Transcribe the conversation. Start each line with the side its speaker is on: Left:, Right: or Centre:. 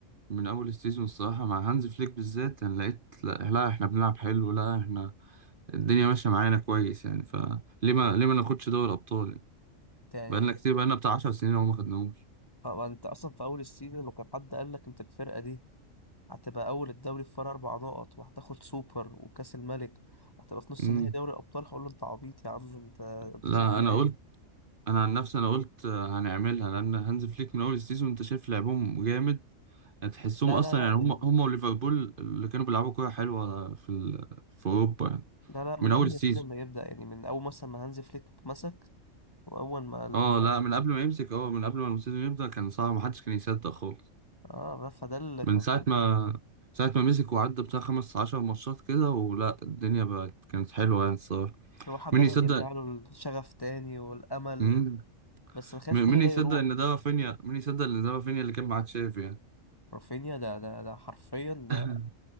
Right: من اول السيزون الصراحه مع هانز فليك بالذات انا لقيت لا, لا احنا بنلعب حلو لا احنا الدنيا ماشيه معانا كويس يعني فليه ما ليه ما ناخدش دوري ابطال يعني؟
Left: أنت يعني
Right: بقالنا كتير بقالنا بتاع عشر سنين وما خدناهوش
Left: طب أنت أصلا في أول السيزون لو كان حد قال لك أنت الفرقة دي هتبقى اول الدوري في فرق اربع نقط وهتاخد سوبر وكاس الملك وهتبقى في نص
Right: مم.
Left: نهائي دوري ابطال هقول له انت عبيط يا عم انت انت
Right: لا
Left: شايف العيال
Right: انا قلت
Left: دي؟
Right: انا عن نفسي انا قلت آه، هنعملها لان هانز فليك من اول السيزون انت شايف لعبهم جامد هتحسهم
Left: لا
Right: اصلا
Left: لا لا
Right: يعني
Left: من
Right: هم هم وليفربول اللي كانوا بيلعبوا كوره حلوه في ال... في اوروبا يعني
Left: لا لا من
Right: من اول
Left: قبل
Right: السيزون
Left: ما السيزون ما يبدا يعني من اول مثلا ما هانز فليك مسك واول ما ال...
Right: اه لا من قبل ما يمسك اه من قبل ما السيزون يبدا كان صعب محدش كان يصدق خالص
Left: اه فده اللي كان
Right: من ساعه
Left: في البال
Right: ما ساعة ما مسك وعدى بتاع خمس عشر ماتشات كده ولا الدنيا بقت كانت حلوة يعني الصراحة
Left: الواحد
Right: مين
Left: بدا
Right: يصدق
Left: يرجع له الشغف تاني والامل
Right: مم.
Left: بس انا خايف
Right: م-
Left: كل
Right: مين
Left: ده
Right: يصدق
Left: يروح
Right: ان ده رافينيا مين يصدق ان ده رافينيا اللي كان مع تشافي يعني
Left: رافينيا ده ده ده حرفيا ده
Right: <laughs>